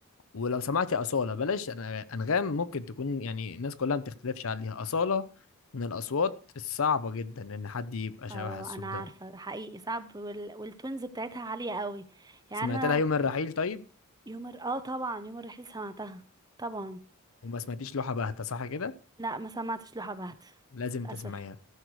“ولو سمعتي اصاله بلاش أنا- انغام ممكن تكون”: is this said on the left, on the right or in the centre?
Left